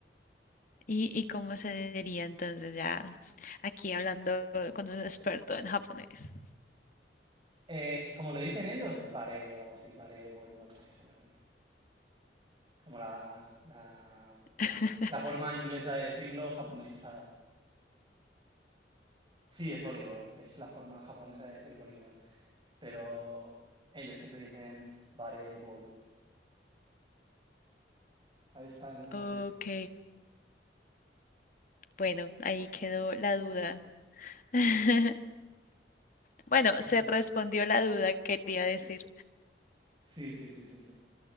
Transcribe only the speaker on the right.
Eh, como le dicen ellos, bare o algo así, bare boru o algo así, seguramente. Como la, la,
la forma inglesa de decirlo japonesizada. Sí, es voleibol, es la forma japonesa de decir voleibol. Pero ellos siempre dicen bare boru. Ahí está, no lo sabía.
Sí.
Sí, sí, sí, sí, sí.